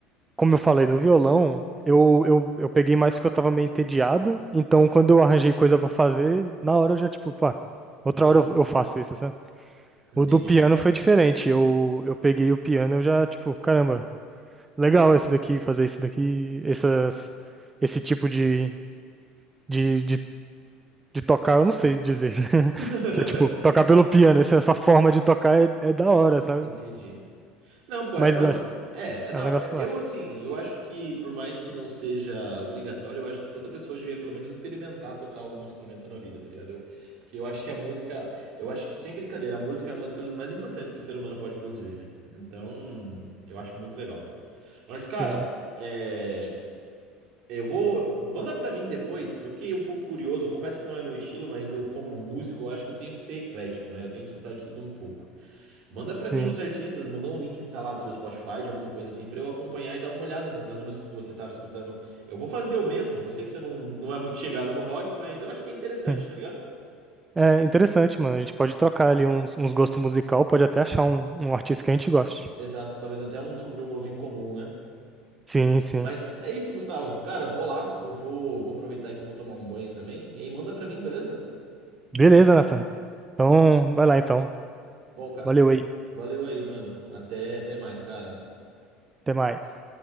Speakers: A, on the right; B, on the right.
A: como eu falei do violão, eu, eu, eu peguei mais porque eu tava meio entediado. Então, quando eu arranjei coisa pra fazer, na hora eu já, tipo, pá, outra
B: Uhum.
A: hora eu, eu faço isso, sabe?
B: Entendi.
A: O do piano foi diferente. Eu, eu peguei o piano, eu já, tipo, caramba, legal esse daqui, fazer isso daqui, essas, esse tipo de, de, de, de tocar, eu não sei dizer. <laughs>
B: <laughs>
A: Que é, tipo, tocar pelo piano, essa, essa forma de tocar é, é da hora, sabe?
B: Entendi. Não, pô,
A: Mas
B: é, mano,
A: eu acho-
B: é, é da
A: é um negócio
B: hora. Eu,
A: massa.
B: eu, assim, eu acho que, por mais que não seja obrigatório, eu acho que toda pessoa devia pelo menos experimentar tocar algum instrumento na vida, tá ligado? Eu, porque eu acho que a música, eu acho que, sem brincadeira, a música é uma das coisas mais importantes que o ser humano pode produzir, velho. Então, eu acho muito legal. Mas, cara,
A: Sim,
B: é, eu vou. Manda pra mim depois. Eu fiquei um pouco curioso, confesso que não é meu estilo, mas eu, como músico, eu acho que eu tenho que ser eclético, né? Eu tenho que escutar de tudo um pouco. Manda pra
A: sim.
B: mim os artistas, manda um link, sei lá, do seu Spotify, de alguma coisa assim, pra eu acompanhar e dar uma olhada nas músicas que você tava escutando. Eu vou fazer o mesmo. Eu sei que você não, não é muito chegado no rock, mas eu acho que é interessante,
A: <laughs>
B: tá ligado?
A: É interessante, mano. A gente pode trocar ali uns, uns gostos musical, pode até achar um, um artista que a gente goste.
B: Exato, talvez até um descobrir um novo em comum, né?
A: Sim, sim.
B: Mas é isso, Gustavo. Cara, vou lá, eu vou, vou aproveitar que eu vou tomar um banho também. E aí manda pra mim, beleza?
A: Beleza, Nathan. Então, vai lá então.
B: Bom, cara,
A: Valeu aí.
B: valeu aí, mano. Até, até mais, cara.
A: Até mais.